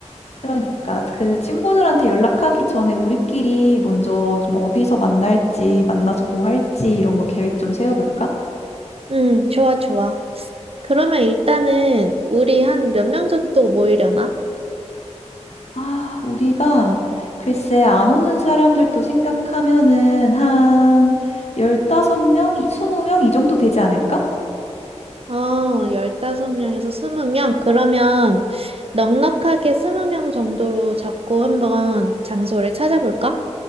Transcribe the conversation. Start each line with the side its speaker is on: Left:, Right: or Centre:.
Left: 그러니까 그 친구들한테 연락하기 전에 우리끼리 먼저 좀 어디서 만날지, 만나서 뭐 할지 이런 거 계획 좀 세워볼까?
Right: 음, 좋아, 좋아. 그러면 일단은 우리 한 몇 명 정도 모이려나?
Left: 아, 우리가 글쎄 안 오는 사람들도 생각하면은 한 15명, 20명 이 정도 되지 않을까?
Right: 어, 15명에서 20명? 그러면 넉넉하게 20명 정도로 잡고 한번 장소를 찾아볼까?